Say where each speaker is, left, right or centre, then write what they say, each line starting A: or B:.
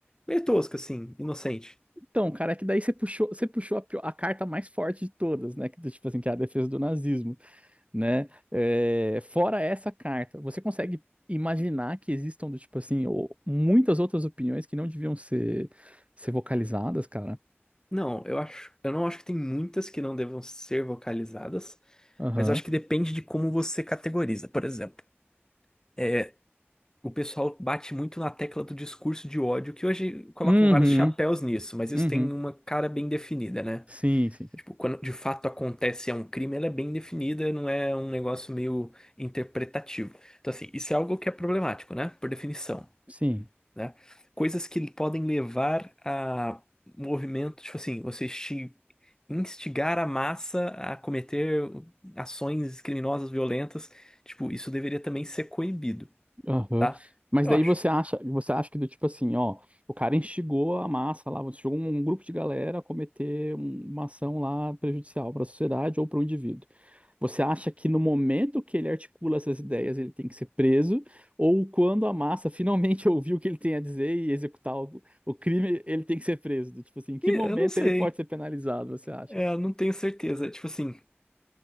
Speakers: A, on the left (about 15°); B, on the right (about 30°).
A: meio tosca, assim, inocente.
B: Então, cara, é que daí você puxou, você puxou a, pio- a carta mais forte de todas, né? Que, tipo assim, que é a defesa do nazismo. né? É, fora essa carta, você consegue imaginar que existam do tipo assim, ou muitas outras opiniões que não deviam ser, ser vocalizadas, cara?
A: Não, eu acho, eu não acho que tem muitas que não devam ser vocalizadas,
B: Aham.
A: mas eu acho que depende de como você categoriza. Por exemplo, é, o pessoal bate muito na tecla do discurso de ódio, que hoje colocam
B: Uhum.
A: vários chapéus nisso, mas isso
B: Uhum.
A: tem uma cara bem definida, né?
B: Sim, sim.
A: Tipo, quando de fato acontece é um crime, ela é bem definida, não é um negócio meio interpretativo. Então, assim, isso é algo que é problemático, né? Por definição
B: Sim.
A: né? Coisas que podem levar a movimentos, tipo assim, você insti- instigar a massa a cometer ações criminosas violentas, tipo, isso deveria também ser coibido,
B: Aham.
A: tá?
B: Mas
A: Eu
B: daí
A: acho.
B: você acha, você acha que do tipo assim, ó, o cara instigou a massa lá, você jogou um grupo de galera a cometer um- uma ação lá prejudicial para a sociedade ou para o indivíduo. Você acha que no momento que ele articula essas ideias, ele tem que ser preso, ou quando a massa finalmente <laughs> ouvir o que ele tem a dizer e executar o, o crime, ele tem que ser preso? Do Tipo assim, em que
A: E
B: momento
A: eu não sei,
B: ele pode ser penalizado, você acha?
A: é, eu não tenho certeza. Tipo assim,